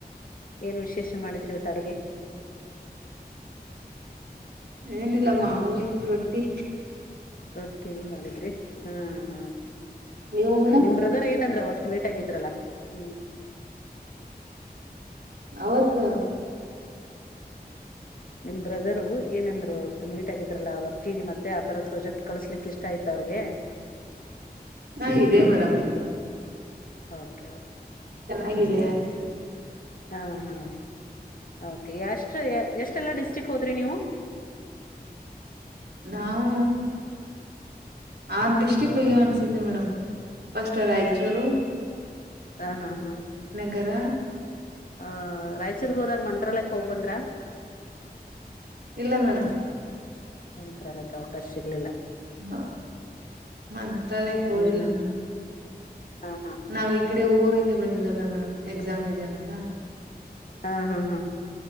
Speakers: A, on the left; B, on the right.
A: ಏನು ವಿಶೇಷ ಮಾಡಿದ್ರಿ ಇವತ್ತು ಅಡಗೆ
B: ಏನಿಲ್ಲ ಮಾಮೂಲಿ ರೊಟ್ಟಿ
A: ರೊಟ್ಟಿ ಮಾಡಿದ್ರಿ ಹಾ ಹಾ
B: ನೀವು ಮೇಡಮ್
A: ನಿಮ್ ಬ್ರದರ್ ಏನಂದ್ರೆ ಅವ ಮೀಟ್ ಆಗಿದ್ರಲ್ಲ ಹ್ಮ್
B: ಆವತ್ತ
A: ನಿಮ್ ಬ್ರದರು ಏನಂದ್ರು ಮೀಟ್ ಆಗಿದ್ರಲ್ಲಾ ವರ್ಕಿಗೆ ಮತ್ತ ಆ ತರ ಪ್ರೊಜೆಕ್ಟ್ ಕಳಸ್ಲಿಕ್ ಇಷ್ಟ ಇತೆಯ ಮತ್ತ ಅವ್ರಿಗೆ
B: ಹಾ ಇದೇ ಮೇಡಮ್
A: ಓಕೆ ಓಕೆ
B: ಚೆನ್ನಾಗಿದೆ
A: ಸರಿ ಸರಿ ಹಾ ಹಾ ಓಕೆ ಎಷ್ಟು ಎಷ್ಟು <unintelligible> ಲ್ಲ ಡಿಸ್ಟಿಕ್ ಹೋದ್ರಿ ನೀವು
B: ನಾವು ಆ ಡಿಸ್ಟಿಕ್ ಹೋಗ್ಯವ ಅನ್ಸುತ್ತೆ ಮೇಡಮ್ ಪಷ್ಟ ರಾಯಚೂರು
A: ಹಾ ಹಾ ಹಾ
B: ಗರ
A: ಆ ರಾಯಚೂರ್ರಿಗೆ ಹೋದಾಗ ಮಂತ್ರಾಲಯಕ್ಕೆ ಹೋಗ್ ಬಂದ್ರ
B: ಇಲ್ಲ ಮೇಡಮ್
A: ಮಂತ್ರಾಲಯಕ್ಕೆ ಅವಕಾಶ ಸಿಗಲಿಲ್ಲ
B: ಹ ಮಂತ್ರಾಲಯಕ ಹೋಗಿಲ್ಲ
A: ಹ್ಮ್ ಹ್ಮ್
B: ಮೇಡಂ
A: ಹಾ ಹಾ ಹಾ
B: ನಾವ್ ಇ ಕಡೆ ಊರಿ ಗೆ ಹೀಗೆ ಬಂದಿದಲ್ಲ ಮೇಡಮ್ ಎಕ್ಸಾಮ್ ಇದೆ ಅಂತ
A: ಹಾ ಹಾ ಹಾ